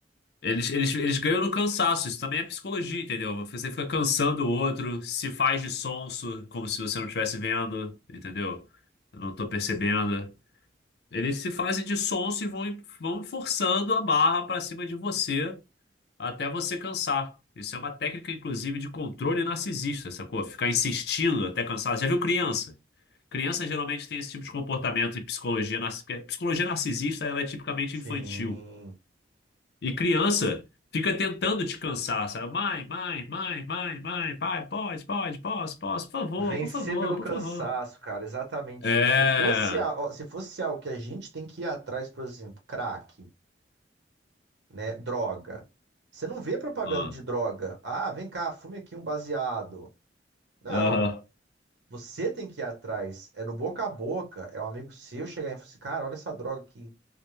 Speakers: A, on the left (about 60°); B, on the right (about 80°).
A: eles, eles, eles ganham no cansaço, isso também é psicologia, entendeu? Você fica cansando o outro, se faz de sonso, como se você não estivesse vendo, entendeu? Eu não tô percebendo. Eles se fazem de sonso e vão, vão forçando a barra para cima de você até você cansar. Isso é uma técnica, inclusive, de controle narcisista, sacou? Ficar insistindo até cansar. Já viu criança? Criança geralmente tem esse tipo de comportamento em psicologia. narcisista. Psicologia narcisista, ela é tipicamente
B: Sim.
A: infantil. E criança fica tentando te cansar, sabe? Mãe, mãe, mãe, mãe, mãe, pai, pode, pode, posso, posso, por favor,
B: Vencer
A: por favor,
B: pelo
A: por
B: cansaço,
A: favor.
B: cara, exatamente
A: É.
B: isso. Se fosse, a- ó, se fosse algo que a gente tem que ir atrás, por exemplo, crack. né? Droga. Você não vê propaganda
A: Ah,
B: de droga. Ah, vem cá, fume aqui um baseado. Não.
A: Aham.
B: Você tem que ir atrás. É no boca a boca. É um amigo seu chegar e falar assim, cara, olha essa droga aqui.